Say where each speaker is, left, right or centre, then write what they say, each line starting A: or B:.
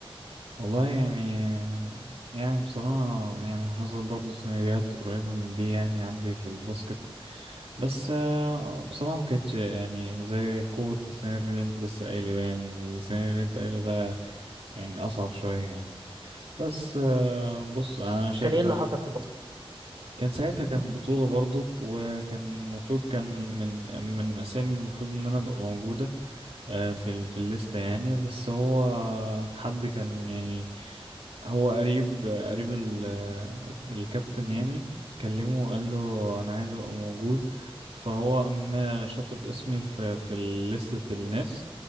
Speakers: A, on the right (about 80°); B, on the right (about 50°).
A: والله يعني يعني بصراحة يعني حصل برضه سيناريوهات قريبة من دي يعني عندي في الباسكت بس آه، بصراحة ما كانتش يعني زي قوة السيناريو اللي انت لسه قايله ده، يعني السيناريو اللي انت قايله ده يعني أصعب شوية يعني بس آه، بص أنا شايف
B: كان ايه اللي
A: لو
B: حصل في الباسكت
A: كان ساعتها كانت بطولة برضه وكان المفروض كان من من الأسامي المفروض إن أنا أبقى موجودة آه، في ال- في الليستة يعني بس هو حد كان يعني هو قريب قريب ال- آه، الكابتن يعني كلمه وقال له أنا عايز أبقى موجود فهو قام شاطب اسمي في في لستة الناس